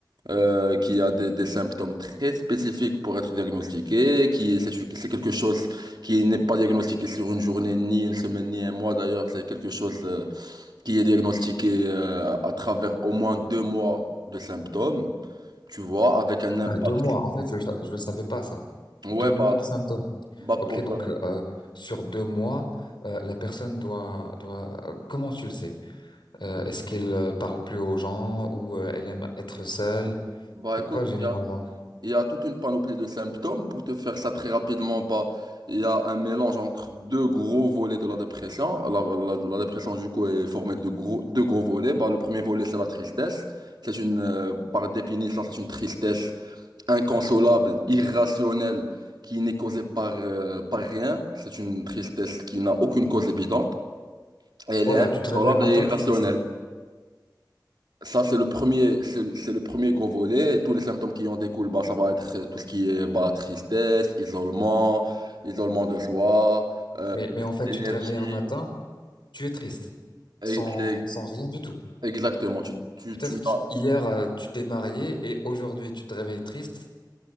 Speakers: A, on the right; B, on the left.
A: euh, qui a des, des symptômes très spécifiques pour être diagnostiqué, qui, c'est, c'est quelque chose qui n'est pas diagnostiqué sur une journée, ni une semaine, ni un mois d'ailleurs, c'est quelque chose, euh, qui est diagnostiqué, euh, à travers au moins deux mois de symptômes, tu vois, avec un impact.
B: Bah, deux mois, en fait, je ne le savais pas, ça.
A: Ouais,
B: Deux mois
A: bah,
B: de symptômes.
A: bah,
B: Ok,
A: pour,
B: donc
A: euh,
B: euh, sur deux mois, euh, la personne doit, doit... euh, Comment tu le sais? Euh, est-ce qu'elle euh, parle plus aux gens ou euh, elle aime être seule?
A: bah,
B: C'est
A: écoute,
B: quoi généralement?
A: il Il y a toute une panoplie de symptômes. Pour te faire ça très rapidement, bah, il y a un mélange entre deux gros volets de la dépression. La, la- la dépression, du coup, est formée de gros, deux gros volets. Bah, le premier volet, c'est la tristesse. C'est une, euh, par définition, c'est une tristesse inconsolable, irrationnelle, qui n'est causée par, euh, par rien. C'est une tristesse qui n'a aucune cause évidente. Elle
B: Voilà,
A: est inconsolable
B: tu te réveilles un matin,
A: et irrationnelle.
B: t'es triste.
A: Ça, c'est le premier, c'est c'est le premier gros volet. Et Tous les symptômes qui en découlent, bah, ça va être euh, tout ce qui est bah, tristesse, isolement, isolement de soi, euh,
B: Mais,
A: perte
B: mais en fait,
A: d'énergie.
B: tu te réveilles un matin, Tu es triste,
A: Et-
B: sans,
A: et-
B: sans rien du tout.
A: Exactement. Tu, tu,
B: Peut-être
A: tu,
B: qu'hier, euh, tu t'es marié et aujourd'hui, tu te réveilles triste.